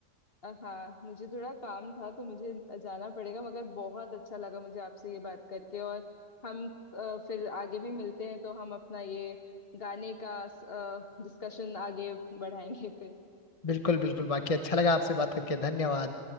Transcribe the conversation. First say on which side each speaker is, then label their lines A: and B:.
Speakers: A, on the left; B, on the left.
A: अ, हाँ मुझे थोड़ा काम था तो मुझे जाना पड़ेगा मगर बहुत अच्छा लगा मुझे आपसे ये बात करके और हम अ, फिर आगे भी मिलते हैं तो हम अपना ये गाने का डिस्कशन आगे बढ़ाएंगे फिर
B: बिल्कुल बिल्कुल बाकी अच्छा लगा आपसे बात करके धन्यवाद